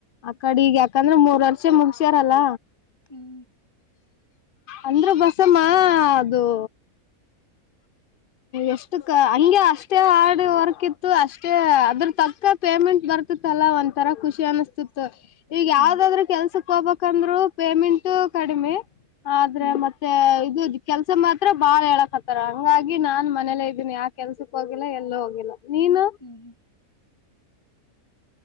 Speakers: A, on the left; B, on the left.
A: ಆ ಕಡೆ ಈಗ ಯಾಕಂದ್ರೆ ಮೂರ್ ವರ್ಷ ಮುಗಸ್ಯಾರಲ್ಲ
B: ಹ್ಮ್
A: ಅಂದ್ರೆ ಬಸಮ್ಮ ಅದು ಎಷ್ಟ ಹಂಗೆ ಅಷ್ಟೇ ಹಾರ್ಡ್ ವರ್ಕ್ ಇತ್ತು ಅಷ್ಟೇ ಅದ್ರ ತಕ್ಕ ಪೇಮೆಂಟ್ ಬ ಾ ಒ್ ತರ ಖುಷಿ ಅನಿಸ್ತತ್ತು ಈಗ
B: ಹ್ಮ್
A: ಯಾವದಾದ್ರರು ಕೆಲ್ಸಕ್ ಹೋಗಬೇಕಂದ್ರು ಪೇಮೆಂಟ್ ಕಡಿಮೆ ಆದ್ರೆ
B: ಹ್ಮ್
A: ಮತ್ತೆ ಇದು ಕೆಲ್ಸ ಮಾತ್ರ ಬಾಳ ಹೇಳಕ್ ಹತ್ತರ ಹ ನಾನ್ ಮೇಲೆೇ ಇದ್ದೀನಿ ಯ ಕೆಲ್ಸಕ್ ಹೋಗಿಲ್ಲ ಎಲ್ಲೂ ಹೋಗಿಲ್ಲ ನೀನು
B: ಹ್ಮ್ ಹ್ಮ್